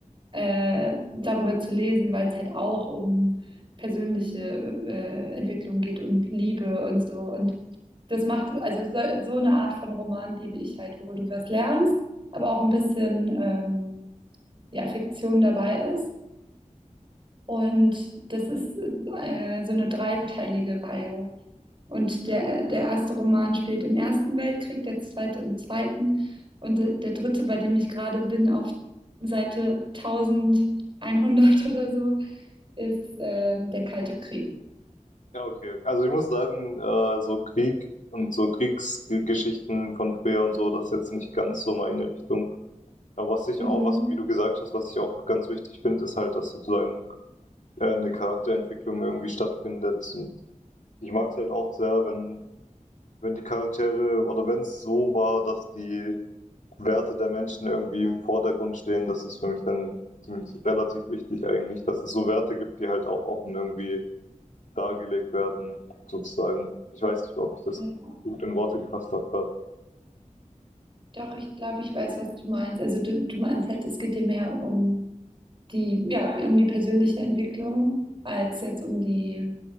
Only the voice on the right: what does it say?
äh, darüber zu lesen, weil es halt auch um persönliche äh, Entwicklung geht und Liebe und so. Und das macht, also so, so eine Art von Roman liebe ich halt, wo du was lernst, aber auch ein bisschen ähm, ja, Fiktion dabei ist. Und das ist äh, so eine dreiteilige Reihe. Und der, der erste Roman spielt im Ersten Weltkrieg, der zweite im Zweiten und der, der dritte, bei dem ich gerade bin, auf Seite 1100 <laughs> oder so, ist ähm, der Kalte Krieg.
Mhm.
Ja.
Doch, ich glaube, ich weiß, was du meinst. Also du, du meinst halt, es geht dir mehr um die, ja, um die persönliche Entwicklung als jetzt um die